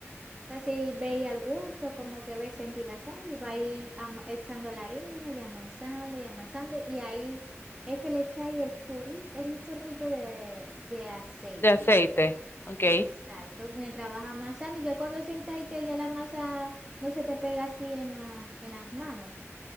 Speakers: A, on the right; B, on the left.
A: Así veis al gusto, como que veis sentir la sal y vais ama- echando la harina y amasando y amasando. Y ahí es que le echáis el chorrito, es un chorrito de, de aceite.
B: De aceite. Ok.
A: Exacto, mientras vas amasando. Y ya cuando sentáis que ya la masa no se te pega así en la, en las manos,